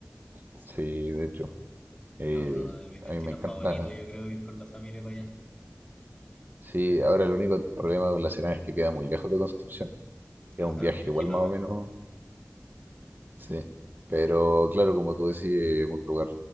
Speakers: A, on the right; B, on the left.
A: sí, de hecho. eh,
B: Es uno de mis destinos
A: a mí me encanta.
B: favoritos, yo creo, ir con la familia para allá.
A: Sí, ahora el único problema con la Serena es que queda muy lejos de Concepción. Es
B: Claro,
A: un viaje
B: mil
A: igual
B: kilómetros.
A: más o menos, sí. Pero claro, como tú decís, es un lugar